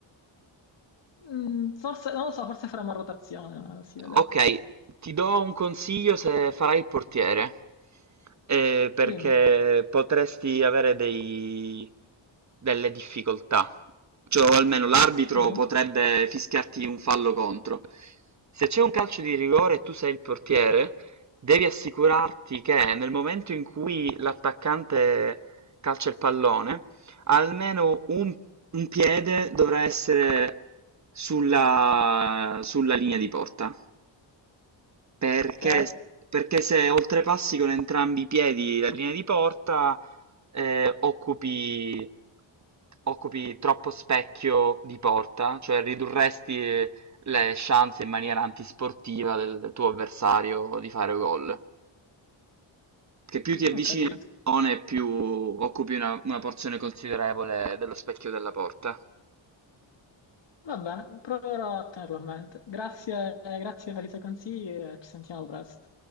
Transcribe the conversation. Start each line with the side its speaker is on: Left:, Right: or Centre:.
Left: Mm, forse, non lo so, forse faremo rotazione, ma si vedrà.
Right: Ok, ti do un consiglio se farai il portiere, eh, perché
Left: Dimmi.
Right: potresti avere dei- delle difficoltà, cioè o almeno l'arbitro
Left: Mhm.
Right: potrebbe fischiarti un fallo contro. Se c'è un calcio di rigore e tu sei il portiere, devi assicurarti che nel momento in cui l'attaccante calcia il pallone, almeno un, un piede dovrà essere sulla, sulla linea di porta. Perché,
Left: Ok,
Right: perché se oltrepassi con entrambi i piedi la linea di porta, eh, occupi, occupi troppo specchio di porta, cioè ridurresti le chance in maniera antisportiva del tuo avversario di fare gol. Che più ti avvicini
Left: ho capito.
Right: al pallone, più occupi una, una porzione considerevole dello specchio della porta.
Left: Va bene, proverò a tenerlo a mente. Grazie, grazie per i tuoi consigli e ci sentiamo presto.